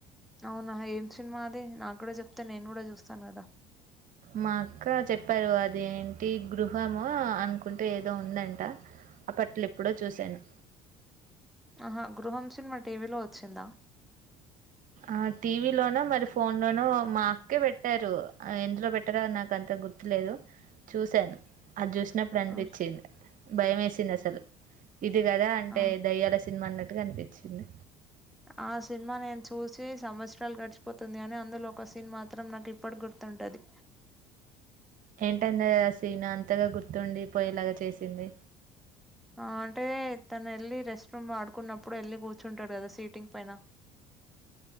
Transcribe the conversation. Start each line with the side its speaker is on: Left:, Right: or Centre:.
Centre: అవునా ఏం సినిమా అది నాకు గుడా చెప్తే నేను కూడా చూస్తాను కదా
Right: మా అక్క చెప్పారు అది ఏంటి గృహము అనుకుంట ఏదో ఉందంట. అప్పట్లెప్పుడో చూశాను.
Centre: అహ గృహం సినిమా టీవీలో వచ్చిందా?
Right: ఆ టీవీలోనో మరి ఫోన్లోనో మా అక్కే పెట్టారు ఎందులో పెట్టారో నాక్ కంత గుర్తులేదు చూశాను. అది చూసినప్పుడు అనిపిచ్చింది
Centre: ఆ
Right: భయం ఏసింది అసలు ఇది గదా అంటే
Centre: ఆ.
Right: దయ్యాల సినిమా అన్నట్టు అనిపిచ్చింది.
Centre: ఆ సిన్మా నేన్ చూసి సంవత్సరాల్ గడిచిపోతుంది గని అందులో ఒక సీన్ మాత్రం నాక్ ఇప్పటిక్ గుర్ ర్తుంటది.
Right: ఏంటంద ఆ సీన్ అంతగ గుర్తుండిపోయేలాగా చేసింది
Centre: ఆ అంటే తనెల్లి రెస్ట్ రూమ్ వాడుకున్నప్పుడు వెళ్ళి కూర్చుంటడు కదా సీటింగ్ పైన